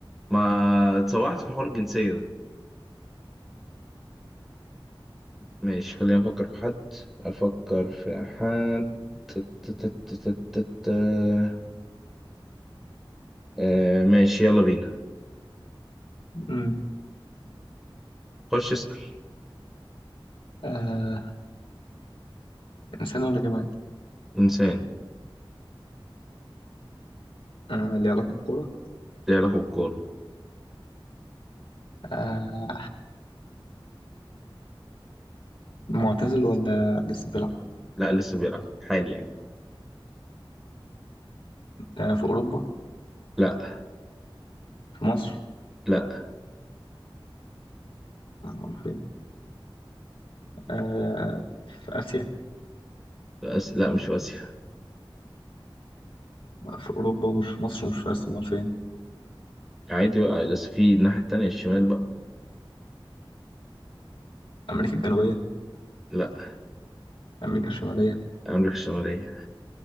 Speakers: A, in the centre; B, on the left (about 75°).
A: ما اتسوحت في حوار الجنسية ده ماشي خلينا نفكر في حد أفكر في حد تت- تت- تت- تت- آه ماشي يلا بينا
B: امم
A: خش اسأل
B: آه انسان ولا جماد
A: إنسان
B: آه ليه علاقة بالكورة
A: ليه علاقة بالكورة
B: آه معتزل ولا لسه بيلعب
A: لا لسه بيلعب حالي يعني
B: آه في أوروبا
A: لا
B: في مصر
A: لا
B: امال فين آه في آسيا
A: في آسيا لا مش في آسيا
B: في أوروبا ومش في مصر ومش في آسيا امال فين
A: عادي بقى لسه في الناحية التانية الشمال بقى
B: أمريكا الجنوبية
A: لا
B: أمريكا الشمالية
A: أمريكا الشمالية